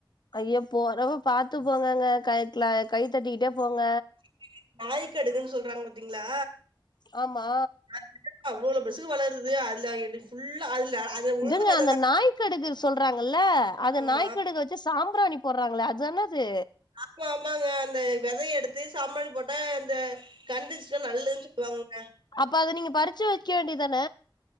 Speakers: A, on the left; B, on the right.
A: ஐயா போறப்ப பாத்து போங்கங்க கை க கை தட்டிட்டே போங்க
B: <inaudible> நாய் கடுகுன்னு சொல்றாங்க பாத்தீங்களா
A: ஆமா
B: <unintelligible> அவ்ளோல பெசுக்கு வளருது அதுல எடு ஃபுல்லா அதுல்ல அது உளுந்த
A: இதுங்க
B: வெததான்
A: அந்த நாய் கடுகு சொல்றாங்கல்ல அந்த
B: ஆமா
A: நாய் கடுகு வச் இது சாம்பராணி போடுறாங்கள அதான அது
B: ஆமா ஆமாங்க அந்த விதய எடுத்து சாம்பராணி போட்டா அந்த கண்திஷ் ல்ல நல்லதுன்னு சொல்லுவாங்கங்க
A: அப்ப அத நீங்க பறிச்சு வைக்க வேண்டியதான